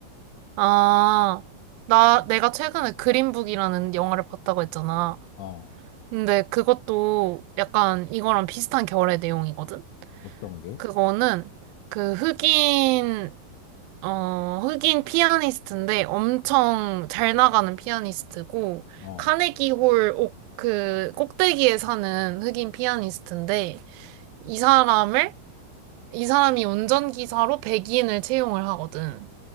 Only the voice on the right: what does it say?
아, 나, 내가 최근에 그린북이라는 영화를 봤다고 했잖아.
근데 그것도 약간 이거랑 비슷한 결의 내용이거든?
그거는 그 흑인 어, 흑인 피아니스트인데 엄청 잘 나가는 피아니스트고,
카네기 홀 옥, 그 꼭대기에 사는 흑인 피아니스트인데, 이 사람을, 이 사람이 운전기사로 백인을 채용을 하거든.